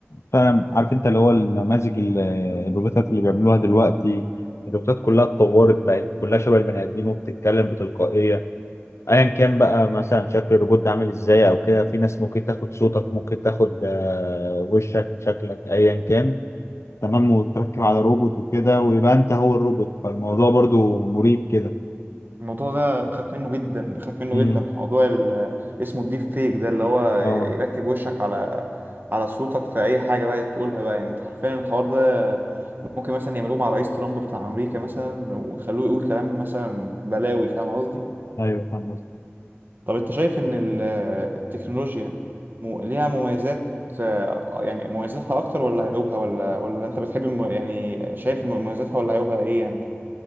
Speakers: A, on the left; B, on the right.
A: فعلا عارف انت اللي هو النماذج ال- الروبوتات اللي بيعملوها دلوقتي الروبوتات كلها اتطورت بقت كلها شبه البني ادمين وبتتكلم بتلقائيه ايا كان بقى مثلا شكل الروبوت ده عامل ازاي او كده في ناس ممكن تاخد صوتك ممكن تاخد آه، وشك شكلك ايا كان تمام وتركب على روبوت وكده ويبقى انت هو الروبوت فالموضوع برضو مريب كده
B: الموضوع ده انا بخاف منه جدا بخاف منه
A: مم.
B: جدا موضوع ال- اسمه الديب فيك ده اللي هو
A: اه
B: يركب وشك على على صوتك في اي حاجه بقى تقولها بقى يعني انت حرفيا الحوار ده ممكن مثلا يعملوه مع رئيس ترامب بتاع امريكا مثلا ويخلوه يقول كلام مثلا بلاوي فاهم قصدي
A: ايوه فاهم
B: طب انت شايف ان ال- التكنولوجيا مو- ليها مميزات آه، يعني مميزاتها اكتر ولا عيوبها ولا ولا انت بتحب الم- يعني شايف مميزاتها ولا عيوبها ايه يعني